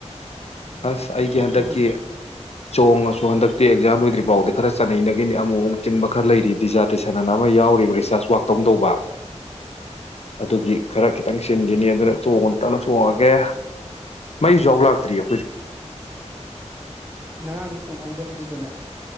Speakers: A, on the right; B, on the left.
A: ꯑꯗꯨꯅ
B: ꯑꯁ
A: ꯐꯖꯅ
B: ꯑꯩꯗꯤ
A: ꯂꯧꯊꯣꯛꯈ꯭ꯔꯦ
B: ꯍꯟꯗꯛꯀꯤ ꯆꯣꯡꯉꯁꯨ ꯗꯨ ꯍꯟꯗꯛꯇꯤ ꯑꯦꯛꯖꯥꯝ ꯂꯣꯏꯗ꯭ꯔꯤꯕꯧꯗꯤ ꯈꯔ ꯆꯠꯅꯩꯩꯅ ꯏꯪꯗ ꯑꯃꯨꯛ ꯑꯃꯨꯛ ꯆꯤꯟꯕ ꯈꯔ ꯂꯩꯔꯤꯗꯤꯖꯥꯠ ꯇꯤꯁꯟꯅ ꯑꯃ ꯌꯥꯎꯔꯤꯕ ꯔꯤꯁꯔꯆ ꯋꯥꯔꯛ ꯇꯧ ꯇꯧꯕ ꯑꯗꯨꯒꯤ ꯈꯔ ꯈꯤꯇꯪ ꯆꯤꯟꯈꯤꯅꯤ ꯑꯗꯨꯅ ꯆꯣꯡ ꯑꯝꯇꯅ ꯇꯅ ꯆꯣꯡꯉꯒꯦ ꯃꯩꯁꯨ ꯌꯥꯎ ꯂꯥꯛꯇ꯭ꯔꯤꯑ
A: ꯉꯔꯥꯡꯗ ꯆꯣꯡꯍꯧ ꯍꯧꯗꯕꯗꯨꯗꯅꯦ